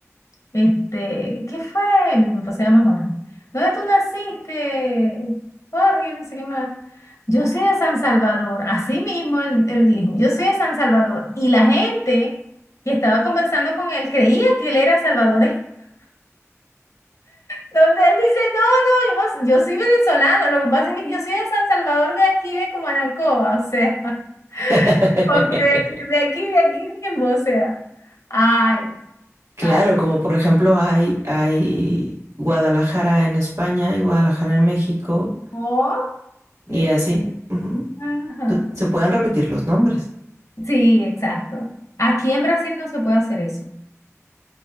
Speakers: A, on the left (about 70°); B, on the right (about 75°).
A: Este, ¿qué fue? Mi papá se llama Jorge. ¿Dónde tú naciste? Jorge, no sé qué más. Yo soy de San Salvador. Así mismo él, él dijo, yo soy de San Salvador. Y la gente que estaba conversando con él creía que él era salvadoreño. <laughs> Donde él dice, no, no, yo, no, yo soy venezolano. Lo que pasa es que yo soy de San Salvador de aquí, de Comanancoa, o sea, <laughs>
B: <laughs>
A: porque de, aquí, de aquí, de aquí mismo, o sea. Ay,
B: Claro,
A: Ah,
B: como por ejemplo hay, hay Guadalajara en España y Guadalajara en México
A: oh,
B: y
A: qué-
B: así. Ujú.
A: tal? ajá.
B: P- Se pueden repetir los nombres.
A: Sí, exacto. Aquí en Brasil no se puede hacer eso.